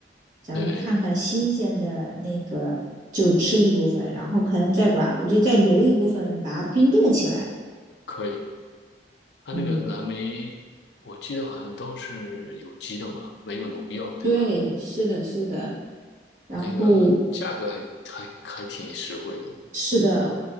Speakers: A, on the right (about 45°); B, on the left (about 70°).
A: 咱们看看新鲜的那个就吃一部分，
B: 对，
A: 然后可能再把我就再留一部分，把它冰冻起来。
B: 可以。它那个蓝莓，
A: 嗯，
B: 我记得好像都是有机的嘛，没有农药，对吧？
A: 对，是的，是的，然后
B: 那个价格还还还挺实惠的。
A: 是的，